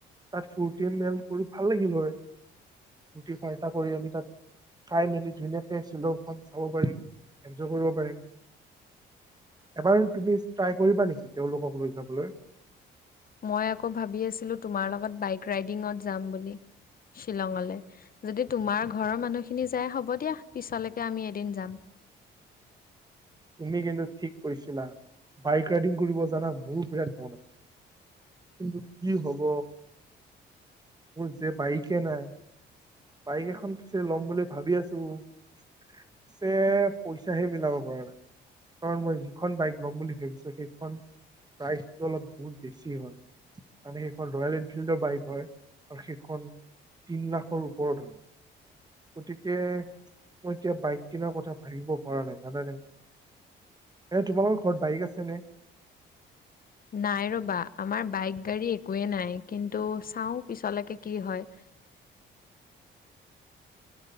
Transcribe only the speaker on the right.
তাত ফূৰ্তি মেল কৰি ভাল লাগিল হয় ফূৰ্তি, ফাৰ্তা কৰি আমি তাত। খাই মেলি ধুনীয়াকে শ্বিলংখন চাব পাৰিম এনজয় কৰিব পাৰিম। এবাৰ তুমি ট্ৰাই কৰিবা নেকি তেওঁলোকক লৈ যাবলৈ?
তুমি কিন্তু ঠিক কৈছিলা, বাইক ৰাইডিং কৰিব জানা মোৰো বিৰাট মন আছে। কিন্তু কি হব মোৰ যে বাইকে নাই। বাইক এখন পিছে লম বুলি ভাবি আছোঁ। পিছে পইচা সে মিলাব পৰা নাই। কাৰণ মই যিখন বাইক ল'ম বুলি ভাবিছোঁ সেইখন। প্ৰাইচটো অলপ বহুত বেছি হয়, মানে সেইখন ৰয়েল এনফিল্ডৰ বাইক হয়। আৰু সেইখন তিন লাখৰ ওপৰত হয়। গতিকে মই এতিয়া বাইক কিনাৰ কথা ভাবিব পৰা নাই জানে নাই। এ তোমালোকৰ ঘৰত বাইক আছেনে?